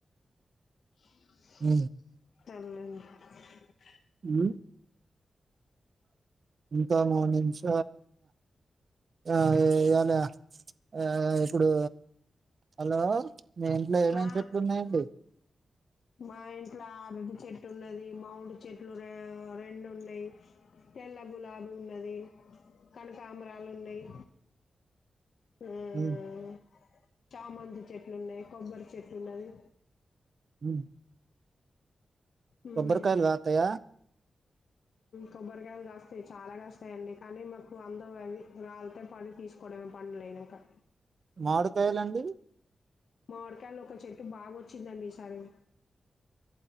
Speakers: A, on the left; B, on the right.
A: <inaudible>
B: హ
A: అ
B: ఉమ్ ఇంకా మనష ఆ ఇళ ఆ ఇప్పుడు హలో మీ ఇంట్లో ఏమేన
A: ఆ
B: చెట్లు ఉన్నాయండి
A: మా ఇంట్లో అరటి చెట్టు ఉన్నది మౌండ్ చెట్లు ర రెండు ఉన్నాయి తెల్ల గులాబీ ఉన్నది కనకామరాలు ఉన్నాయి ఆ
B: ఉమ్,
A: చామంతి చెట్లు ఉన్నాయి కొబ్బరి చెట్లు ఉన్నది
B: గు
A: ఉమ్
B: కొబ్బరుకాయలు రాతయా
A: కొబ్బరికాయలు కాస్తాయి చాలా కాస్తాయిండి కానీ మాకు వందం అవి రాలితే పడి తీసుకు కొడమే పంలేనాక
B: మాడుకాయలండి
A: మా వడకాయలు ఒక చెట్టు బాగొచ్చిందండి ఈసారి